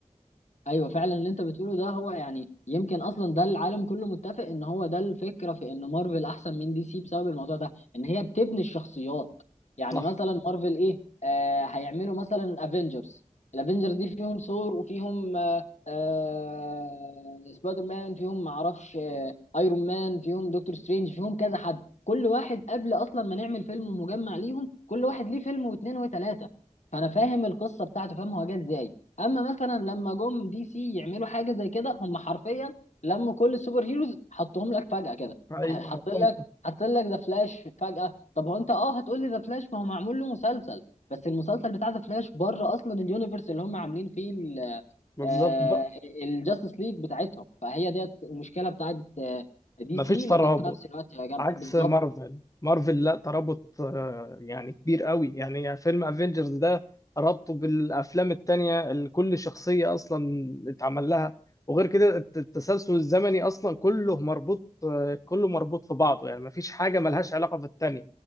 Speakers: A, on the left; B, on the left.
A: ايوه فعلا اللي انت بتقوله ده هو يعني يمكن اصلا ده العالم كله متفق ان هو ده الفكره في ان مارفل احسن من دي سي بسبب الموضوع ده ان هي بتبني الشخصيات يعني
B: صح
A: مثلا مارفل ايه آه هيعملوا مثلا افنجرز الافنجرز دي فيهم ثور وفيهم آه آه سبايدر مان فيهم معرفش آه ايرون مان فيهم دكتور سترينج فيهم كذا حد كل واحد قبل اصلا ما نعمل فيلم مجمع ليهم كل واحد ليه فيلم واثنين وثلاثه فانا فاهم القصه بتاعته فاهم هو جه ازاي اما مثلا لما جم دي سي يعملوا حاجه زي كده هم حرفيا لموا كل السوبر هيروز حطهم لك فجاه كده
B: ايوه
A: <laughs> حط
B: حطهم
A: لك حط لك ذا فلاش فجاه طب هو انت اه هتقول لي ذا فلاش ما هو معمول له مسلسل بس المسلسل بتاع ذا فلاش بره اصلا اليونيفرس اللي هم عاملين فيه ال-
B: بالظبط
A: آه،
B: بقى
A: الجاستس ليج بتاعتهم فهي ديت المشكله بتاعت آه، دي
B: مفيش
A: سي
B: ترابط
A: لكن في نفس الوقت هي جامده
B: عكس
A: بالظبط
B: مارفل مارفل لا ترابط آه، يعني كبير قوي يعني فيلم افنجرز ده ربطه بالافلام التانية اللي كل شخصية اصلا اتعمل لها وغير كده الت- التسلسل الزمني اصلا كله مربوط آه، كله مربوط في بعضه يعني مفيش حاجة ملهاش علاقة في التانية